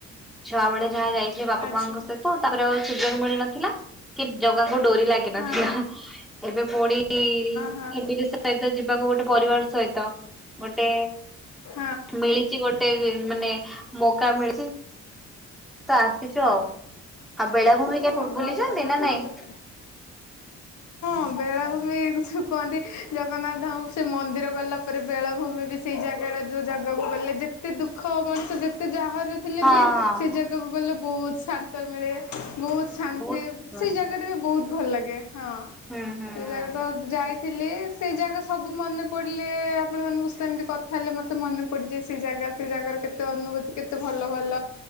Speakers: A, in the centre; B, on the left.
A: ଛୁଆ ବେଳେ ଯାହା ଯାଇଥିଲି ବାପା
B: ଆଚ୍ଛା
A: ମାଙ୍କ ସହିତ ତାପରେ ଆଉ ସୁଯୋଗ ମିଳିନଥିଲା। କି ଜଗାଙ୍କୁ ଡୋରି ଲାଗିନଥିଲା
B: ହଁ ହଁ
A: ଏବେ ପୁଣି
B: ହଁ
A: ଇମ୍ପିଲି ସହିତ ଯିବାକୁ ଗୋ ଟେ ପରିବାର ସହିତ ଗୋଟେ
B: ହଁ
A: ମିଳିଛି ଗୋ ଟେ ମାନେ ମୌକା ମିଳିଚି। ତ ଆସିଛୁ ଆଉ। ଆଉ ବେଳାଭୂମ କେ
B: ହଁ
A: ବୁଲିଛନ୍ତି
B: ଭଲ ଆପଣଙ୍କର
A: ନା ନାଇଁ?
B: ହଁ ବେଳାଭୂମି ଯୋଉ କୁହନ୍ତି ଜଗନ୍ନାଥ ଧାମକୁ ସେ ମନ୍ଦିର ଗଲା ପରେ ବେଳାଭୂମି ବି ସେଇ ଜାଗା ଯୋଉ ଜାଗାକୁ ଗଲେ ଯେତେ ଦୁଃଖ ମଣିଷ ଯେତେ ଯାହା ବାହାରୁ ଥିଲେ
A: ହଁ
B: ବି
A: ହଁ
B: ସେ ଜାଗାକୁ ଗଲେ ବହୁତ ଶାନ୍ତ ମିଳେ। ବହୁତ୍ ଶାନ୍ତି
A: ବହୁତ ହୁଁ
B: ସେଇ ଜାଗାଟା ବି ବହୁତ ଭଲ୍ ଲାଗେ ହଁ
A: ହୁଁ
B: ସେଇ
A: ହୁଁ।
B: ଜାଗାରେ ତ ଯାଇ ଥିଲେ ସେଇ ଜାଗା ସବୁ ମନେ ପଡିଲେ ଆପଣ ମାନଙ୍କୁ ସେମିତି କଥା ହେଲେ ମତେ ମନେ ପଡିଯାଏ ସେ ଜାଗା ସେ ଜାଗାର କେତେ ଅନୁଭୂତି କେତେ ଭଲ ଭଲ